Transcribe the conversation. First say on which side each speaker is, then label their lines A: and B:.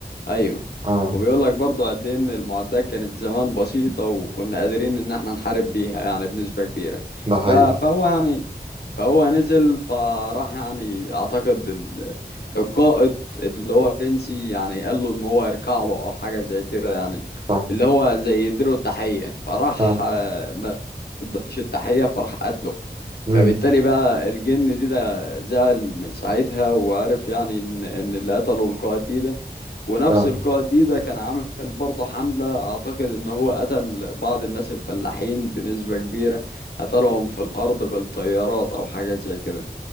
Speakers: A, on the left; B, on the right.
A: أيوه
B: آه
A: وبيقول لك برضه قد إيه إن المعدات كانت زمان بسيطة وكنا قادرين إن إحنا نحارب بيها يعني بنسبة كبيرة
B: ده
A: ف...
B: حقيقي
A: فهو يعني فهو نزل فراح يعني أعتقد ال... القائد اللي هو بنسي يعني قال له إن هو يركع له أو حاجة زي كده يعني
B: صح
A: اللي هو زي يديله التحية فراح
B: اه
A: آه، ادالوش التحية فراح قتله
B: امم
A: فبالتالي بقى الجن دي ده زعل من ساعتها وعرف يعني ان ان اللي قتله القائد دي ده ونفس
B: اه
A: القائد دي ده كان عامل برضه حملة اعتقد ان هو قتل بعض الناس الفلاحين بنسبة كبيرة قتلهم في الارض بالطيارات او حاجة زي كده